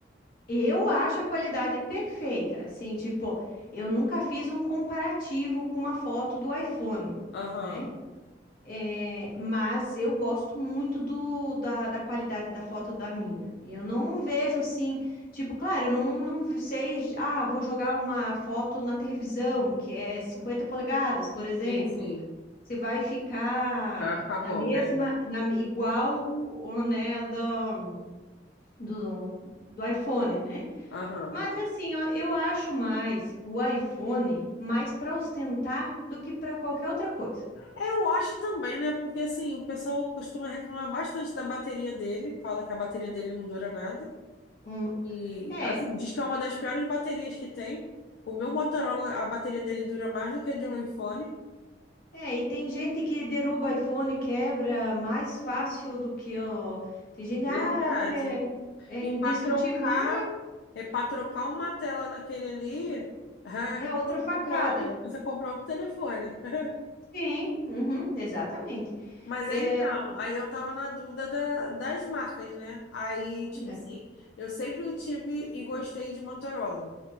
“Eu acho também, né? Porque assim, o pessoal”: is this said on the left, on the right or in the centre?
Left